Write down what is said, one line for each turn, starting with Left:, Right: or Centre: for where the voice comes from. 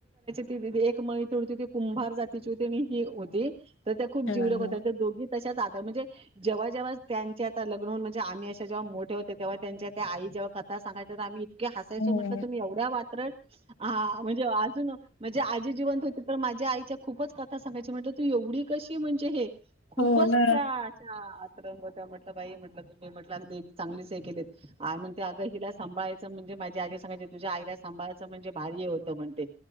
Right: तथे एक मैत्री होती ती कुंभार जातीची होती आणि ही होती तर त्या खूप
Left: हां,
Right: जीवलग
Left: हां.
Right: होत्या दोघी तश्याच आता म्हणजे जेव्हा जेव्हा त्यांचे आता लग्नन म्हणजे आम्ही अशा जेव्हा मोठे होते तेव्हा त्यांच्या त्या आई जेव्हा कथा सांगा तर आम्ही हयच
Left: हं.
Right: म्हटलं तुम्ही एवढ्या वात्रट म्हणजे अजून म्हणजे आजी जिवंत हो तर माझ्या आईच्या खूपच कथा सांगायची म्हटलं तू एवढी कशी म्हणजे हे खूपच
Left: हो ना.
Right: त्या अशा आतरंग होत्या बाई म्हटलं तुम्ही म्हटलंदी चांगलेच हे केले म्हण हिला सांभायचं म्हणजे माझी आी सांगायची तुझ्या आई सांभाळायच म्हणजे भारीय होतं म्हणते